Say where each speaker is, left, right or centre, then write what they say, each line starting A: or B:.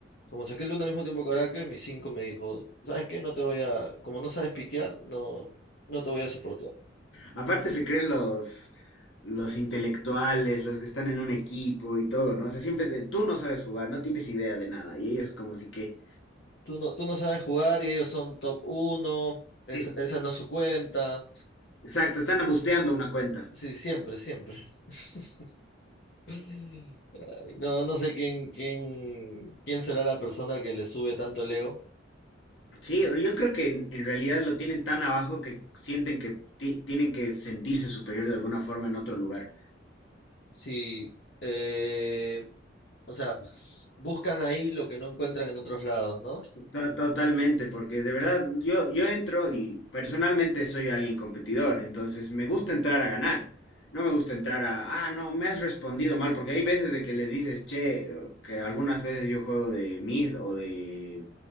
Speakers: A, on the left (about 55°); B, on the left (about 80°).
A: Como saqué Luna al mismo tiempo que Oracle, mi 5 me dijo, ¿sabes qué? No te voy a, como no sabes piquear, no, no te voy a soportar.
B: Aparte se creen los, los intelectuales, los que están en un equipo y todo, ¿no? O sea, siempre te- tú no sabes jugar, no tienes idea de nada. Y ellos como si que...
A: Tú no, tú no sabes jugar y ellos son top uno es-
B: Sí.
A: esa no es su cuenta.
B: Exacto, están busteando una cuenta.
A: Sí, siempre, siempre. <laughs> Ay, No, no sé quién, quién, quién será la persona que le sube tanto el ego.
B: Sí, o- yo creo que en, en realidad lo tienen tan abajo que sienten que ti- tienen que sentirse superior de alguna forma en otro lugar.
A: Sí, eh, o sea, buscan ahí lo que no encuentran en otros lados, ¿no?
B: To- Totalmente, porque de verdad yo, yo entro y personalmente soy alguien competidor, entonces me gusta entrar a ganar, no me gusta entrar a, ah, no, me has respondido mal, porque hay veces de que le dices, che, que algunas veces yo juego de mid o de,